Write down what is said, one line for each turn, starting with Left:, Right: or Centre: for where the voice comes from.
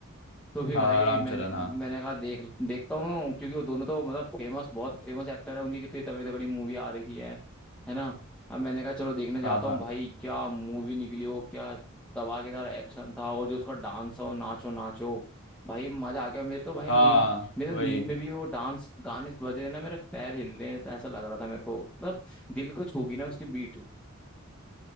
Centre: तो फिर
Left: हाँ
Centre: भाई
Left: हाँ, रामचरण
Centre: मैंने मैंने
Left: हाँ
Centre: कहा देख देखता हूँ क्योंकि वो दोनों तो मतलब फेमस बहुत फेमस एक्टर है उनकी कितनी तगड़ी तगड़ी मूवी आ रही है है ना अब मैंने कहा चलो देखने जाता
Left: हाँ हाँ
Centre: हूँ भाई क्या मूवी निकली हो क्या धमाकेदार एक्शन था और जो उसका डांस हो नाचो नाचो भाई मजा आ गया मेरे तो भाई
Left: हाँ
Centre: नींद मेरे
Left: वही
Centre: तो नींद में भी वो डांस गाने बज रहे ना मेरे पैर हिल रहे हैं तो ऐसा लग रहा था मेरे को मतलब दिल को छू गई ना उसकी बीट